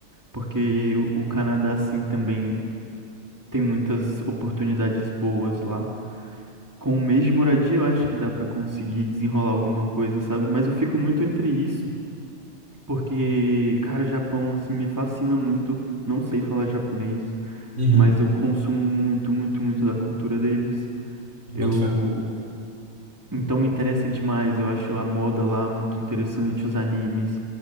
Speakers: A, on the right (about 15°); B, on the right (about 85°).
A: Porque o, o Canadá, sim, também tem muitas oportunidades boas lá. Com um mês de moradia, eu acho que dá pra conseguir desenrolar alguma coisa, sabe? Mas eu fico muito entre isso, porque, cara, o Japão, assim, me fascina muito. Não sei falar japonês,
B: Uhum.
A: mas eu consumo muito, muito, muito da cultura deles. Eu.
B: Boto fé.
A: Então me interessa demais. Eu acho a moda lá muito interessante, os animes,